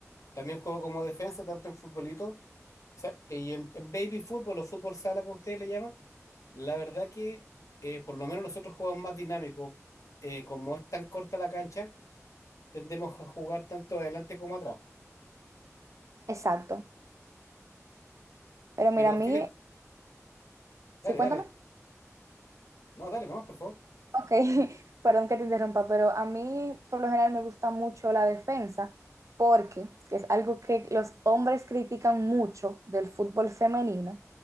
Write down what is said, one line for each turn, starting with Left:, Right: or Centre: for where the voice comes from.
Left: también juego como defensa, tanto en futbolito, o sea, y en, en baby fútbol o fútbol sala, como ustedes le llaman. La verdad que eh, por lo menos nosotros jugamos más dinámico. Eh, como es tan corta la cancha, tendemos a jugar tanto adelante como atrás.
Right: Exacto. Pero mira,
Left: Pero
Right: a mí,
Left: fíjate,
Right: sí,
Left: dale,
Right: cuéntame.
Left: dale. No, dale nomás, por favor.
Right: Ok, <laughs> perdón que te interrumpa, pero a mí por lo general me gusta mucho la defensa porque es algo que los hombres critican mucho del fútbol femenino,